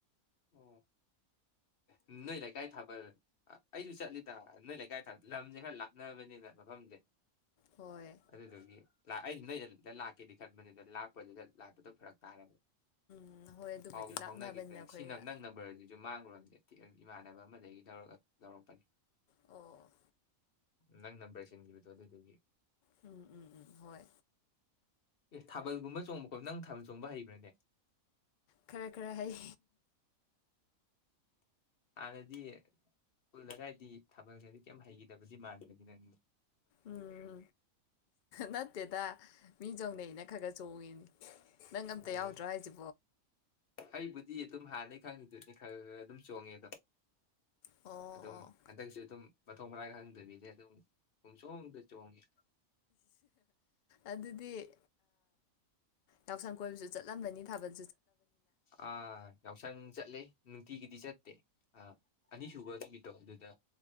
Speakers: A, on the left; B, on the left.
A: ꯑꯣ ꯅꯣꯏ ꯂꯩꯀꯥꯏ ꯊꯥꯕꯜ ꯑꯩꯁꯨ ꯆꯠꯂꯤ ꯗꯥ ꯅꯣꯏ ꯂꯩꯀꯥꯏ <unintelligible> ꯂꯝꯖꯦ ꯈꯔꯥ ꯂꯥꯞ ꯅꯕꯅꯤꯅ ꯃꯐꯝꯖꯦ
B: ꯍꯣꯏ
A: ꯑꯗꯨꯗꯨꯒꯤ ꯂꯥꯛ ꯑꯩꯩꯅ ꯅꯣꯏ ꯑꯗꯨꯝꯗ ꯂꯥꯛꯀꯦꯗꯤ ꯈꯟꯕꯅꯤꯅ ꯂꯥꯛꯄꯗꯨꯗ ꯂꯥꯛꯄꯗꯣ ꯐꯔꯛ ꯇꯥꯔꯕ
B: ꯎꯝ ꯍꯣꯏ ꯑꯗꯨꯕꯨꯗꯤ
A: ꯄꯥꯎꯖꯨ
B: ꯂꯥꯞꯅꯕꯅꯤꯅ
A: ꯐꯥꯎꯅꯥꯒꯤꯗꯔ꯭ꯦ
B: ꯑꯩꯈꯣꯏꯒ
A: ꯁꯤꯅ ꯅꯪ ꯅ ꯕꯔꯁꯤꯁꯨ ꯃꯥꯡꯎꯔꯕꯅꯤ ꯏꯃꯥꯟꯅꯕ ꯑꯃꯗꯒꯤ ꯂꯧꯔ ꯂꯧꯔꯛꯄꯅꯤ
B: ꯑꯣ
A: ꯅꯪ ꯅꯝꯕ꯭ꯔ ꯁꯤꯟꯒꯤꯕꯗꯣ ꯑꯗꯨꯗꯨꯒꯤ
B: ꯎꯝ ꯎꯝ ꯎꯝ ꯍꯣꯏ
A: ꯑꯦ ꯊꯥꯕꯜꯒꯨꯝꯕ ꯆꯣꯡꯕ ꯈꯣꯠ ꯅꯪ ꯊꯥꯕꯜ ꯆꯣꯡꯕ ꯍꯩꯕ꯭ꯔꯅꯦ
B: ꯈꯔ ꯈꯔ ꯍꯩ
A: ꯍꯥꯟꯅꯗꯤ ꯈꯨꯜ ꯂꯩꯀꯥꯏꯒꯤ ꯊꯥꯕꯜ ꯀꯩꯝ ꯍꯩꯈꯤꯗꯕꯗꯤ ꯃꯥꯟꯂꯦ ꯅꯪꯖꯦ
B: ꯎꯝ ꯅꯠꯇꯦꯗ ꯃꯤ ꯆꯣꯡꯅꯩꯌꯦꯅ ꯈꯒ ꯈꯒ ꯆꯣꯡꯉꯦꯅꯤ ꯅꯪ ꯑꯝꯇ
A: ꯑꯣ
B: ꯌꯥꯎꯗ꯭ꯔꯣ ꯍꯥꯏꯁꯤ
A: ꯑꯩꯕꯨꯗꯤ ꯑꯗꯨꯝ ꯍꯥꯟꯅꯩ ꯈꯪꯉꯤꯗꯨꯅꯤ ꯈꯔ ꯈꯔ ꯑꯗꯨꯝ ꯆꯣꯡꯉꯦ ꯑꯗꯣ ꯑꯗꯨ
B: ꯑꯣ
A: ꯑꯗꯨꯝ ꯍꯟꯗꯥꯛꯁꯨ ꯑꯗꯨꯝ ꯃꯊꯣꯛ ꯃꯔꯥꯡ ꯈꯡꯗꯕꯤꯗ ꯑꯗꯨꯝ ꯄꯨꯡꯆꯣꯡꯗ ꯆꯣꯡꯏ
B: ꯑꯗꯨꯗꯤ ꯌꯥꯎꯁꯪ ꯀꯣꯏꯕꯁꯨ ꯆꯠꯂꯝꯃꯅꯤ ꯊꯥꯕꯜ
A: ꯑꯥ ꯌꯥꯎꯁꯪ ꯆꯠꯂꯦ ꯅꯨꯡꯇꯤꯒꯤꯗꯤ ꯆꯠꯇꯦ ꯑ ꯑꯅꯤꯁꯨꯕ ꯅꯨꯃꯤꯠꯇꯣ ꯑꯗꯨꯗ